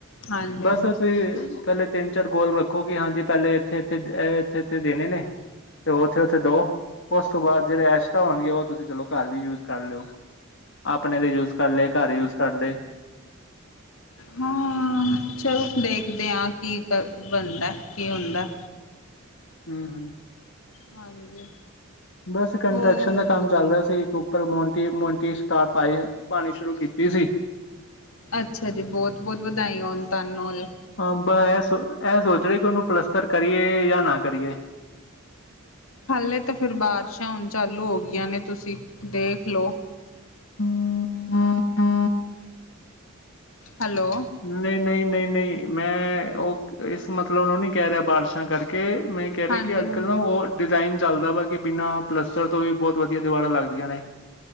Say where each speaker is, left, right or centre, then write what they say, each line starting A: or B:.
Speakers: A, on the left; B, on the left.
A: ਹਾਂਜੀ
B: ਬਸ
A: ਹਾਂਜੀ
B: ਆ ਤੁਹੀ ਪੈਲੇ ਤਿੰਨ ਚਾਰ ਗੋਲ ਰੱਖੋ ਕਿ ਹਾਂਜੀ ਪੈਲੇ ਇੱਥੇ-ਇਥੇ, ਇੱਥੇ-ਇੱਥੇ ਦੇਨੇ ਨੇ ਤੇ ਉਥੇ-ਉਥੇ ਦੋ। ਉਸ ਤੋਂ ਬਾਦ ਜੇੜੇ ਐਸ਼ ਤਾਂ ਹੋਣਗੇ ਉਹ ਤੁਸੀਂ ਚਲੋ ਘਰ ਵੀ ਯੂਜ ਕਰ ਲਿਓ ਆਪਣੇ ਦੇ ਯੂਜ ਕਰ ਲੇ ਘਰ ਯੂਜ ਕਰ ਲੇ।
A: ਹਾਂ ਚਲੋ ਦੇਖਦੇ ਆ ਕੀ ਕ
B: ਹੂੰ
A: ਬਣਦਾ ਕੀ ਹੁੰਦਾ।
B: ਹੂੰ-ਹੂੰ।
A: ਹਾਂਜੀ।
B: ਬਸ ਕੰਸਟਰਕਸ਼ਨ
A: ਹੋਰ
B: ਦਾ ਕੰਮ ਚਲ ਰਿਆ ਸੀ ੳ ਪਰ ਮੋੰਟੀ-ਮੋੰਟੀ ਸ਼ਕਾਪ ਪਾਈ ਪਾਣੀ ਸ਼ੁਰੂ ਕੀਤੀ ਸੀ।
A: ਅੱਛਾ ਜੀ ਬੋਤ-ਬੋਤ ਵਧਾਈਆਂ ਹੋਣ ਤੁਹਾਨੂੰ ਲ
B: ਹਾਂ ਬ ਐ ਸੋ ਐ ਸੋਚ ਰਹੇ ਕਿ ਉਨੂੰ ਪਲੱਸਤਰ ਕਰੀਏ ਯਾ ਨਾ ਕਰੀਏ।
A: ਹੱਲੇ ਤੇ ਫਿਰ ਬਾਰਿਸ਼ਾਂ ਹੁਣ ਚਾਲੂ ਹੋ ਗਈਆਂ ਨੇ ਤੁਸੀਂ ਦੇਖ ਲੋ।
B: ਹੂੰ <unintelligible>
A: ਹੈਲੋ
B: ਨਈ-ਨਈ, ਨਈ-ਨਈ ਮੈਂ ਉਹ ਇਸ ਮਤਲਬ ਨੂੰ ਨੀ ਕੈ ਰਿਆ ਬਾਰਿਸ਼ਾਂ ਕਰਕੇ ਮੈਂ ਕੈ ਰੇ
A: ਹਾਂਜੀ
B: ਕਿ ਅੱਜ
A: ਹਾਂਜੀ
B: ਕੱਲ ਨਾ ਉਹ ਡਿਜ਼ਾਇਨ ਚੱਲਦਾ ਵਾ ਕਿ ਬਿਨਾਂ ਪਲੱਸਤਰ ਤੋਂ ਵੀ ਬੋਤ ਵਧੀਆ ਦੀਵਾਰਾਂ ਲੱਗਦੀਆਂ ਨੇ।